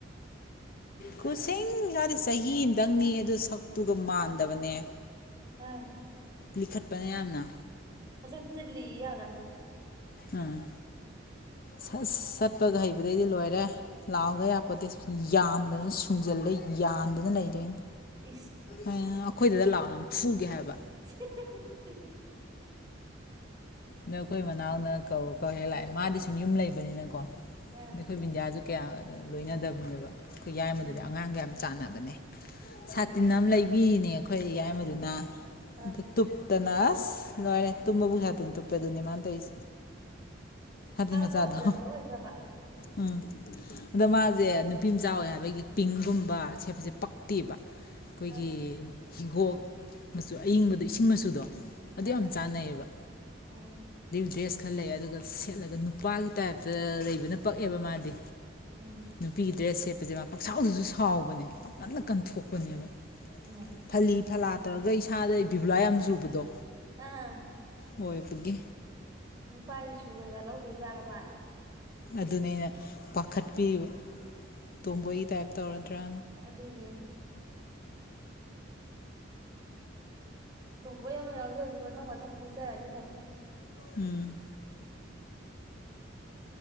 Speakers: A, on the left (about 50°); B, on the right (about 20°).
A: ꯀꯨꯁꯤꯡꯒꯗꯤ ꯆꯍꯤ ꯑꯝꯗꯪꯅꯦꯌꯦ ꯑꯗꯨ ꯁꯛꯇꯨꯒ ꯃꯥꯟꯗꯕꯅꯦ
B: ꯑꯥ
A: ꯂꯤꯈꯠꯄꯅꯦ ꯌꯥꯝꯅ
B: ꯃꯥꯁꯛꯇꯨ ꯂꯤꯌꯦ ꯌꯥꯝꯅ
A: ꯎꯝ ꯁꯁ ꯆꯠꯄꯒ ꯍꯩꯕꯗꯩꯗꯤ ꯂꯣꯏꯔꯦ ꯂꯥꯛꯑꫭꯒ ꯌꯥꯄꯣꯠꯇꯦ ꯌꯥꯟꯗꯅ ꯁꯨꯡꯖꯜꯂ ꯌꯥꯟꯗꯅ ꯂꯩꯗꯣꯏꯅꯤ
B: ꯏꯁ
A: <unintelligible> ꯑꯈꯣꯏꯗ ꯂꯥꯛꯑꫭ ꯅꯪ ꯐꯨꯒꯦ ꯍꯥꯏꯕ
B: <inaudible>
A: ꯅꯪ ꯑꯈꫭꯏ
B: ꯎꯝ
A: ꯃꯅꯥꯎ ꯅ ꯀꯧ ꯀꯧꯍꯦꯛ ꯂꯥꯛꯑꯦ ꯃꯥꯗꯤ ꯁꯨꯝ ꯌꯨꯝ ꯂꯩꯕꯅꯤꯅꯀꯣ
B: ꯍꯥ
A: ꯑꯗꯩ ꯑꯈꫭꯏ ꯕꯤꯟꯗꯤꯌꯥꯖꯨ ꯀꯌꯥ ꯂꯣꯏꯅꯗꯕꯅꯦꯕ ꯑꯈꯣꯏ ꯌꯥꯏꯃꯗꯨꯗꯤ
B: ꯎꯝ
A: ꯑꯉꯥꯡꯒ ꯌꯥꯝ ꯆꯥꯟꯅꯕꯅꯦ
B: ꯍꯥ
A: ꯁꯥꯇꯤꯟ ꯑꯝ ꯂꯩ ꯕꯤꯅꯦ ꯑꯈꯣꯏ ꯌꯥꯏꯃꯥꯗꯨꯅ
B: ꯑꯥ
A: ꯑꯗꫭ ꯇꯨꯞꯇꯅ ꯑꯁ ꯂꯣꯏꯔꯦ ꯇꯨꯝꯕꯕꯨꯛ ꯌꯥꯗꯦ ꯑꯗꯨꯅꯤꯃꯥꯟ ꯇꯥꯎꯖꯦ ꯍꯥꯏꯗꯤ
B: ꯃꯥꯅ
A: ꯃꯆꯥꯥꯗꫭ
B: ꯄꯥꯝꯖꯕ ꯑꯣꯏꯈ꯭ꯔꯕ
A: ꯎꯝ ꯑꯗ ꯃꯥꯖꯦ ꯅꯨꯄꯤ ꯃꯆꯥ ꯑꯣꯏ ꯍꯥꯏꯕꯒꯤ ꯄꯤꯡꯒꯨꯝꯕ ꯁꯦꯠꯄꯖꯦ ꯄꯛꯇꯦꯕ ꯑꯈꯣꯏꯒꯤ
B: ꯑꯥ
A: ꯍꯤꯒꯣꯛ ꯃꯆꯨ ꯑꯏꯡꯕꯗꯣ ꯏꯁꯤꯡ ꯃꯆꯨꯗꯣ ꯑꯗꯨ
B: ꯑꯥ
A: ꯌꯥꯝ ꯆꯥꯟꯅꯩꯌꯦꯕ
B: ꯑꯣ
A: <unintelligible> ꯗ꯭ꯔꯦꯁ ꯈꯥꯂꯩ ꯑꯗꯨꯒ ꯁꯦꯠꯂꯒ ꯅꯨꯄꯥꯒꯤ ꯇꯥꯏꯞꯇ ꯂꯩꯕꯅ ꯄꯛꯑꯦꯕ ꯃꯥꯗꯤ
B: ꯎꯝ
A: ꯅꯨꯄꯤꯒꯤ ꯗ꯭ꯔꯦꯁ ꯁꯦꯠ ꯄꯖꯦ ꯃꯥ ꯄꯛꯁꯥꯎꯗꯨꯁꯨ ꯁꯥꯎꯕꯅꯦ ꯄꯥꯛꯀꯟꯗ ꯀꯟꯊꯣꯛꯄꯅꯦꯕ
B: ꯏꯃꯥ
A: ꯐꯂꯤ ꯐꯂꯥ ꯇꯧꯒ ꯏꯁꯥꯗ ꯕꯤꯕꯨꯂꯥ ꯌꯥꯝꯅ ꯆꯨꯕꯗꯣ
B: ꯑꯥ
A: ꯑꯣꯏꯕꯒꯤ
B: ꯅꯨꯄꯥꯒꯤꯁꯨ ꯀꯩꯀꯥ ꯂꯧꯗꯣꯏꯖꯠꯂ ꯃꯥ
A: ꯑꯗꯨꯅꯦ ꯑꯩꯅ ꯄꯥꯈꯠꯄꯤꯔꯤꯕ ꯇꯣꯝꯕꯣꯏꯒꯤ ꯇꯥꯏꯞ ꯇꯧꯔꯗ꯭ꯔꯥ
B: ꯑꯗꯨꯅꯦ ꯇꯨꯝꯕꯣꯏ ꯑꯃ ꯌꯥꯎꯖꯔꯁꯨ ꯃꯊꯪ ꯃꯊꯪ ꯄꯣꯛꯆꯔꯛꯑꯗꯤ ꯐꯅꯤ
A: ꯎꯝ